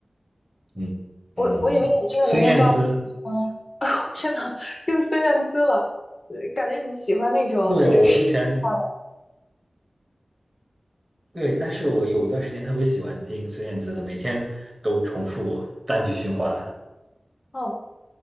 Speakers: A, on the right (about 25°); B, on the left (about 50°).
A: 嗯嗯，
B: 我我以为你这个年龄段会喜欢，
A: 孙燕姿，
B: <laughs> 天呐，又孙燕姿了，呃感觉你喜欢那种就是实力派的。
A: 对，我之前对，但是我有一段时间特别喜欢听孙燕姿的，每天都重复单曲循环。
B: 哦，